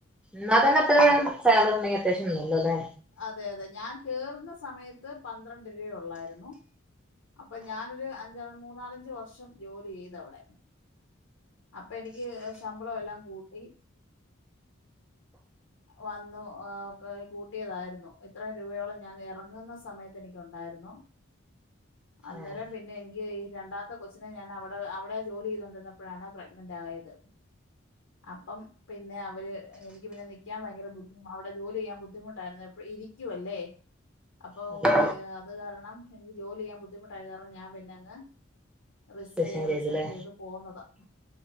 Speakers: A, in the centre; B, on the left (about 85°).
A: ന്നാ തന്നെ <unintelligible> സാലറി <unintelligible> <unintelligible> ന്നല്ലല്ലേ
B: അതെ അതെ ഞാൻ കേറുന്ന സമയ ത്ത് പന്ത്രണ്ട് രൂപയൊള്ളായിരുന്നു അപ്പൊ ഞാനൊരു അഞ്ചാ മൂന്നാല ഞ്ച് വർഷം ജോലി ചെയ്ത് അവടെ അപ്പൊ എനിക്ക് ശമ്പളം എല്ലാം കൂട്ടി വന്നു കൂട്ടിയതായിരുന്നു ഇത്രയും രൂപയോളം ഞാൻ ഇറങ്ങുന്ന സമയത്ത് എനിക്കുണ്ടായിരുന്നു അന്നേരം
A: ഏഹ്
B: പിന്നെ എനിക്ക് ഈ രണ്ടാമത്തെ കൊച്ചിനെ ഞാൻ അവിടെ അവിടെ ജോലി ചെയ്തണ്ടിരന്നപ്പോഴാണ് പ്രഗ്നന്റ് ആയത് അപ്പം പിന്നെ അവര് എനിക്ക് പിന്നെ നി ക്കാൻ ഭയങ്കര ബുദ്ധി അവിടെ ജോലി ചെയ്യാൻ ബുദ്ധിമുട്ടായിരുന്നു എപ്പഴും ഇരിക്കുവല്ലേ അപ്പൊ
A: അതെ
B: അത് കാരണം ണം എനിക്ക് ജോലി ചെയ്യാൻ ബുദ്ധിമുട്ടായത് കാരണം ഞാൻ പിന്നങ് റിസെ
A: ഡിസിഷൻ ചെയ്തല്ലേ
B: റിസൈൻ ചെയ്ത് പോകുന്നതാ